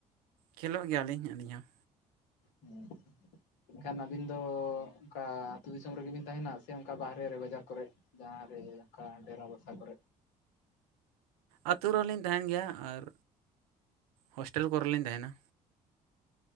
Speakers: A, on the right; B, on the left.
A: ᱠᱷᱮᱞᱳᱜ ᱜᱮᱭᱟ ᱞᱤᱧ ᱟᱹᱞᱤᱧ ᱦᱚᱸ
B: ᱦᱮᱸ ᱮᱱᱠᱷᱟᱱ ᱟᱹᱵᱤᱱ ᱫᱚ ᱚᱱᱠᱟ ᱟᱹᱛᱩ ᱫᱤᱥᱚᱢ ᱨᱮᱜᱮ ᱵᱤᱱ ᱛᱟᱦᱮᱱᱟ ᱥᱮ ᱚᱱᱠᱟ ᱵᱟᱦᱨᱮ ᱨᱮ ᱵᱟᱡᱟᱨ ᱠᱚᱨᱮᱜ? ᱡᱟᱦᱟᱸ ᱨᱮ ᱚᱱᱠᱟ ᱰᱮᱨᱟ ᱵᱟᱥᱟ ᱠᱚᱨᱮᱜ
A: ᱟᱹᱛᱩ ᱨᱮᱦᱚᱸ ᱞᱤᱧ ᱛᱟᱦᱮᱱ ᱜᱮᱭᱟ ᱟᱨ ᱦᱳᱥᱴᱮᱞ ᱠᱚᱨᱮ ᱞᱤᱧ ᱛᱟᱦᱮᱱᱟ᱾